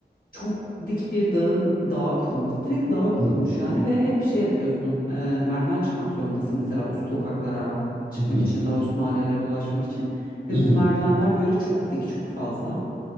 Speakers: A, on the left (about 50°); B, on the right (about 30°).
A: çok dik bir dağın dağa kurulmuş direkt dağa kurulmuş
B: Hı hı,
A: yani ve hep şey yapıyorsun e, merdiven çıkmak zorundasın mesela üst sokaklara çıkmak
B: hı hı,
A: için daha üst mahallelere ulaşmak için ve
B: hı
A: bu merdivenler böyle çok dik çok fazla.